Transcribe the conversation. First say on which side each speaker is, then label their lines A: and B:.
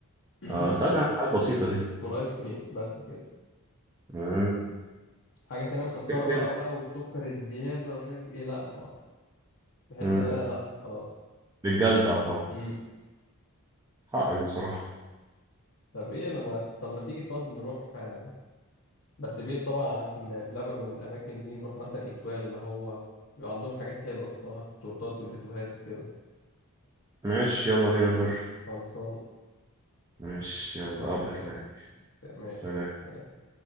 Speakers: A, on the left (about 60°); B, on the right (about 15°).
A: <clears throat>
B: اه طبعا حاجات بسيطه دي
A: والايس كريم بس كده
B: آه.
A: حاجه تانية مسكره
B: سكرتير
A: بقى وبقى والسكر الزياده ومش عارف ايه لا ما بحس
B: مم.
A: ان انا لا خلاص
B: بتجزع طبعا
A: امم
B: حقك بصراحة
A: طب ايه لما طب ما تيجي طب نروح آه، بس بعيد طبعا عن بلبن والاماكن دي نروح مثلا اتوال اللي هو بيبقى عندهم حاجات حلوه الصراحه في التورتات والجاتوهات وكده
B: ماشي يلا بينا نجرب
A: خلصان
B: ماشي يلا
A: يلا
B: قبلك
A: سلام
B: هناك
A: ماشي
B: سلام
A: سلام.